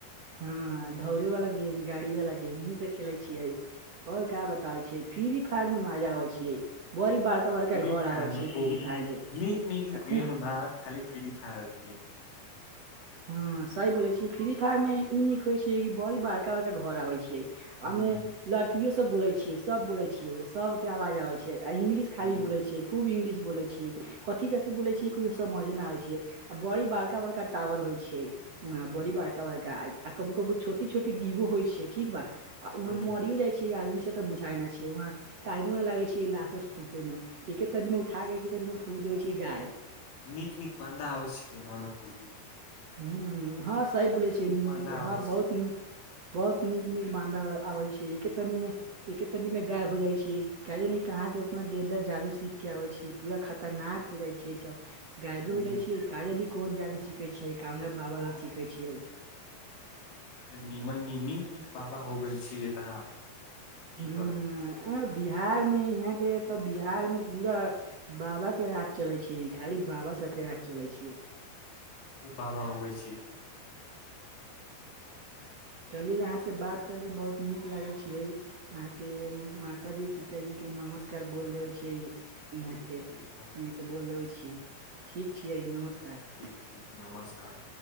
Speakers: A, on the right (about 50°); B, on the left (about 75°).
A: हँ दौड़े वाला गेम, गाड़ी वला गेम, इहे सब खेलै छियै। छियै। और का बताबै छियै फ्री फायर मे मजा आबै छियै। बड़ी बड़का बड़का
B: फ्री
A: घर
B: फायर
A: आबै
B: मे
A: छियै
B: खुब,
A: फ्री फायर मे
B: नीक नीक
A: आ खूब
B: गेम न खाली फ्री फायर न
A: हं सही बोलै छियै कि फ्री फायर में ई नीक होइ छियै कि बड़ी बड़का बड़का घर आबै छियै।
B: हूँ
A: हमे लड़कियो सब बोलै छियै सब बोलै छियै, सबके आवाज आबे छै इंगलिश
B: हूँ
A: खाली बोलै छियै खूब इंग्लिश बोलै छियै, कथी कथी बोलै छियै कुछो समझे नहि आई छियै आ बड़ी बड़का बड़का टावर होइ बड़ी
B: हूँ
A: बड़का बड़का, कबू कबू छोटी छोट डिबो होइ छै। ठीक बा, आ उसे
B: हूँ।
A: मे मरी जाइ छियै, आदमी से त बुझाय नै छै वहाँ टाइमो न लागै छै लास उस फूकै में एक एक आदमी उठाकऽ कनियो फ्रूड देबै छै गायब।
B: नीक नीक पाण्डा आबै छै कमरा मे खूबी।
A: हुं हँ सही बोलै छियै, नीक
B: बान्दा आबै
A: हँ बहुत
B: छै
A: नीक। बहुत नीक नीक बांधा आबै छै एके तनी मे एके तरि में गायब हो जाइ छै, काल्हि निक अहाँ सभ उतना डेंजर जादू सब सीख के आबै छी पूरा खतरनाक हो जाइ छै ई सब गायबे
B: हूँ
A: हो जाइ छै। का जानी कोन जादू सीखै छियै कोना बाबा लग सीखै छियै।
B: निमन नी नीक नीक बाबा हो गेल छियै एत अहाँ की
A: ह
B: कहत।
A: बिहार मे यहाँ के तऽ बिहार में पूरा बाबा के राज चले छींक। खाली बाबा सबके राज चलै छै।
B: हो बाबा आबे छी।
A: चली अहाँसँ बात करिके बहुत नीक लगै छियै। अहाँ के माता जी पिताजी के नमस्कार बोल देबै छि।
B: ठीक
A: इहाँके
B: ठीक
A: इहाँके
B: हँ।
A: बोल देबै छियै ठीक छियै नमस्कार।
B: ठीक ठीक नमस्कार।